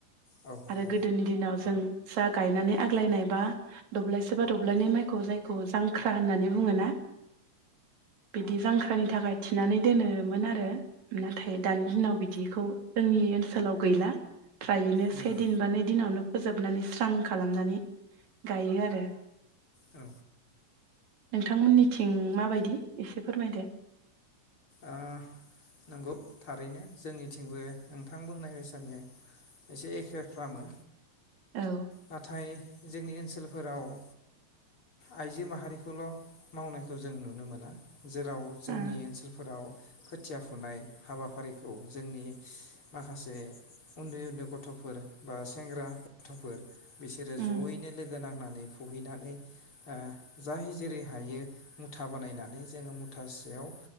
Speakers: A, on the left; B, on the right.
A: औ
B: आरो
A: औ
B: गोदोनि दिनाव जों जा गायनानै आग्लायनाय बा दब्लायसे बा दब्लायनाय माइखौ जायखौ जांख्रा होननानै बुङोना बिदि जांख्रानि थाखाय थिनानै दोनोमोन आरो नाथाय दानि दिनाव बिदिखौ जोंनि ओनसोलाव गैला। फ्रायैनो
A: नंगौ
B: से दिन बा नै दिनावनो फोजाबनानैस स्रां खालामनानै गायो आरो
A: औ
B: नोंथांमोननिथिं माबायदि एसे फोरमायदो?
A: ओ नंगौ थारैनो। जोंनिथिंबो नोंथां बुंनाय बायसानो एसे एखे खालामो।
B: औ
A: नाथाय जोंनि ओनसोलफोराव ओ आइजो माहारिखौल' मावनायखौ जों नुनो मोना। जेराव जोंनि
B: आ
A: ओनसोल औ खोथिया फुनाय हाबाफारिखौ जोंनि माखासे उन्दै उन्दै गथ'फोर बा सेंग्रा गथ'फोर बिसोरो
B: उम
A: ज'यैनो लोगो नांनानै फुहैनानै ओ जाय जेरै हायो मुथा बानायनानै जोङो मुथासेयाव